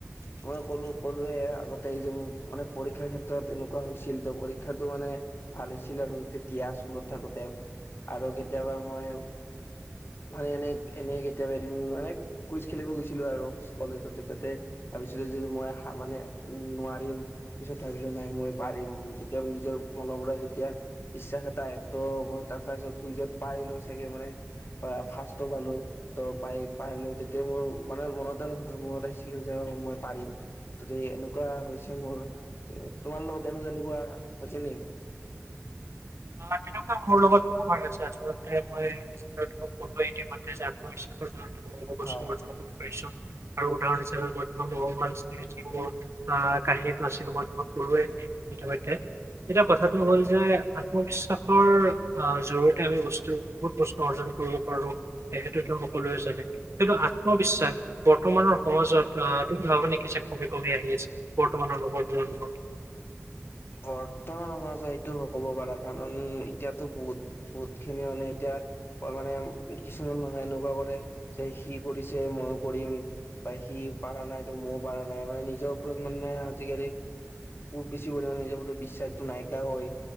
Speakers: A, on the left (about 50°); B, on the right (about 65°).
A: মই ক'লো ক'লোৱে আগতে এই যে মোৰ মানে পৰীক্ষাৰ ক্ষেত্ৰত এনেকুৱা হৈছিল ত' পৰীক্ষাটো মানে ভাল হৈছিল আৰু তেতিয়া স্কুলত থাকোতে আৰু কেতিয়াবা মই
B: <inaudible>
A: মানে এনে - এনেই কেতিয়াবা এদিন মানে কুইজ খেলিব গৈছিলোঁ আৰু কলেজতে তাতে ভাবিছিলোঁ যে মই হা মানে উ নোৱাৰিম, পিছত ভাবিলো নাই মই পাৰিম যেতিয়া নিজৰ মনৰ পৰা ৰা যেতিয়া বিশ্বাস এটা আহে ত' মই তাত চাইছো কুইজত পাই গেলো চেকে মানে বা ফাৰ্ষ্টো পালো। ত' পাই - পালো, তেতিয়া মোৰ মানে মনত আৰু মনত আহিছিলে যে মই পাৰিম। <unintelligible> এনেকুৱা হৈছে মোৰ তে তোমাৰ লগত এনেকুৱা এনেকুৱা হৈছে নেকি?
B: <inaudible> <unintelligible> মোৰ লগত বহুবাৰ হৈছে আচলতে মই স্কুলত <unintelligible> আত্মবিশ্বাসৰে <unintelligible> বহু বস্তু
A: হয়
B: অৰ্জন কৰিব পাৰিছোঁ আৰু উদাহৰণ হিচাপে মই <unintelligible> কাহিনীটো আছিলো মই তোমাক কলুয়েই ইতিমধ্যে। এতিয়া কথাটো হ'ল যে আত্মবিশ্বাসৰ অ জৰিয়তে আমি বস্তুতো বহুত বস্তু অৰ্জন কৰিব পাৰোঁ। সেইটোতো সকলোৱে জানে কিন্তু আত ত্মবিশ্বাস বৰ্তমানৰ সমাজত আ তুমি ভাৱা নেকি যে কমি কমি আহি আছে বৰ্তমানৰ সময়বোৰত? <unintelligible>
A: বৰ্তমান সমাজত এইটো হ ক'ব পাৰা কাৰণ এতিয়াতো বহুত - বহুত খিনি মানে এতিয়া কয় মানে কিছুমান মানুহে এনেকুৱা কৰে যে সি কৰিছে ময়ো কৰিম। বা সি পাৰা নাই তো মইয়ো পাৰা নাই মানে নিজৰ ওপৰত মানে আজিকালি <unintelligible> <unintelligible> নিজৰ ওপৰত বিশ্বাসটো নাইকীয়া হৈ